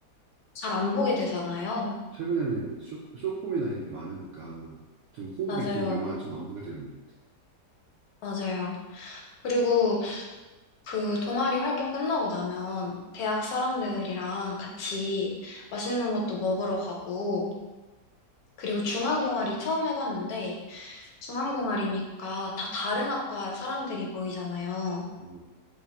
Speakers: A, on the left; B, on the right.
A: 잘 안 보게 되잖아요.
B: 최근에는 이제 쇼, 쇼폼이나 이런 게 많으니까 좀 호흡이
A: 맞아요.
B: 긴 영화는 좀 안 보게 되는. 것같
A: 맞아요. 그리고 그 동아리 활동 끝나고 나면 대학 사람들이랑 같이 맛있는 것도 먹으러 가고 그리고 중앙 동아리 처음 해봤는데 중앙동아리니까 다 다른 학과 사람들이 모이잖아요.
B: 어,